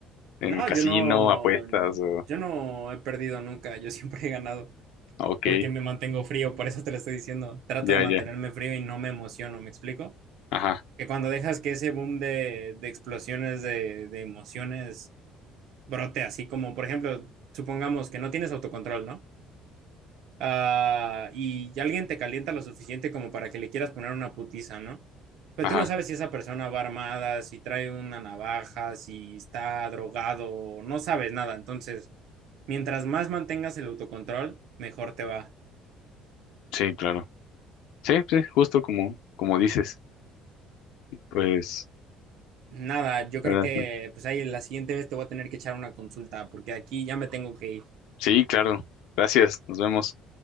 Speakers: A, on the left; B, on the right.
A: ¿En
B: no,
A: casino,
B: yo no,
A: apuestas o...?
B: yo no he perdido nunca, yo siempre he ganado
A: ah, Ok,
B: porque me mantengo frío, por eso te lo estoy diciendo. Trato
A: ya,
B: de mantenerme
A: ya.
B: frío y no me emociono, ¿me explico?
A: Ajá,
B: Que cuando dejas que ese boom de, de explosiones de, de emociones brote así como, por ejemplo, supongamos que no tienes autocontrol, ¿no? ah, y alguien te calienta lo suficiente como para que le quieras poner una putiza, ¿no? Pero
A: ajá.
B: tú no sabes si esa persona va armada, si trae una navaja, si está drogado, no sabes nada. Entonces, mientras más mantengas el autocontrol, mejor te va.
A: Sí, claro. Sí, sí, justo como, como dices. Pues,
B: Nada, yo creo
A: ahora-
B: que pues ahí la siguiente vez te voy a tener que echar una consulta porque aquí ya me tengo que ir.
A: sí, claro. Gracias, nos vemos.